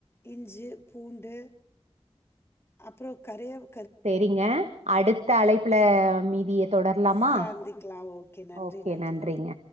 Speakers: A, on the left; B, on the right.
A: இஞ்சு பூண்டு அப்புறோ கரையேவ்
B: சேரிங்க அடுத்த அழைப்புல மீதிய தொடர்லாமா
A: சந்திக்கலாம் ஓகே நன்றி
B: ஓகே
A: நன்றி
B: நன்றிங்க